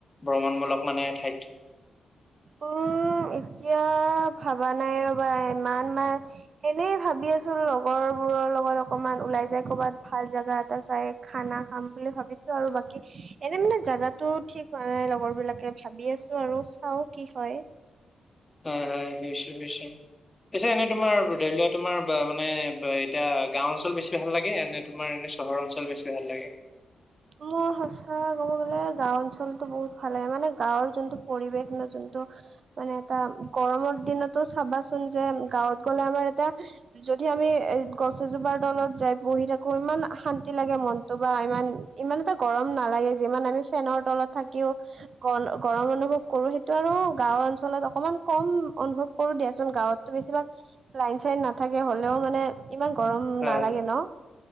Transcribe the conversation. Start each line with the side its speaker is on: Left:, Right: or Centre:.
Left: ভ্ৰমণমূলক মানে ঠাইত।
Right: উম' এতিয়া ভাবা নাই ৰ'বা ইমান মাহ এনেই ভাবি আছো লগৰ বোৰৰ লগত অকমান ওলাই যায় কৰ'বাত ভাল জেগা এটা চাই খানা খাম বুলি ভাবিছো আৰু বাকী এনে মানে জোগাতো ঠিক হোৱা নাই লগৰ বিলাকে ভাবি আছো আৰু চাও। কি হয়।
Left: হয়, হয় বুজিছো- বুজিছো। পিছে এনে তোমাৰ ধৰি লোৱা তোমাৰ মানে এতিয়া গাওঁ অঞ্চল বেছি ভাল লাগে এনে তোমাৰ এনে চহৰ অঞ্চল বেছি ভাল লাগে।
Right: মোৰ সঁচা ক'ব গ'লে গাওঁ অঞ্চলতটো বহুত ভালে লাগে। মানে গাঁওৰ যোনটো পৰিৱেশ ন যোনটো মানে এটা গৰমৰ দিনতো চাবাচোন যে গাঁৱত গ'লে আমাৰ এটা যদি আমি এ' গছ এজোপাৰ তলত যাই বহি থাকো ইমান শান্তি লাগে মনতটো বা ইমান ইমান এটা গৰম নালাগে যিমান আমি ফেনৰ তলত থাকিও গৰম অনুভৱ কৰো সেইটো আৰু গাঁওৰ অঞ্চলত অকমান কম অনুভৱ কৰো দিয়াচোন গাঁৱততো বেছিভাগ লাইন-চাইন নাথাকে হ'লেও মানে ইমান গৰম
Left: হয়
Right: নালাগে ন।